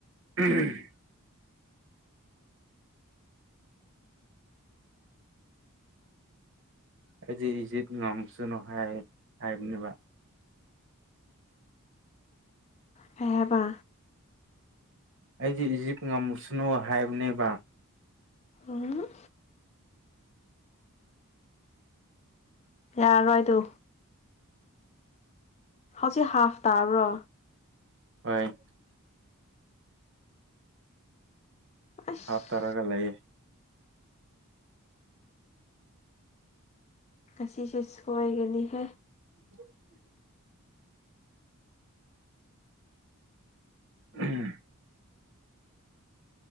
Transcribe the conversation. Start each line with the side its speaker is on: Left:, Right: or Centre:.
Right: ꯎꯝ ꯑꯩꯗꯤ ꯏꯖꯤꯞ ꯉꯝꯁꯅꯨ ꯍꯥꯏ ꯍꯥꯏꯕꯅꯦꯕ
Left: ꯀꯩ ꯍꯥꯢꯕ
Right: ꯑꯩꯗꯤ ꯏꯖꯤꯞ ꯉꯝꯃꯁꯅꯨ ꯍꯥꯏꯕꯅꯦꯕ
Left: ꯎꯝ ꯌꯥꯔꯣꯏ ꯗꯨ ꯍꯧꯖꯤꯛ ꯍꯥꯐ ꯇꯥꯕ꯭ꯔꯣ
Right: ꯍꯣꯏ
Left: ꯑꯁ
Right: ꯍꯥꯞꯇꯔꯒ ꯂꯩꯌꯦ
Left: ꯉꯁꯤꯁꯨ ꯁꯣꯢꯒꯅꯤꯍꯦ
Right: <inaudible> ꯎꯝ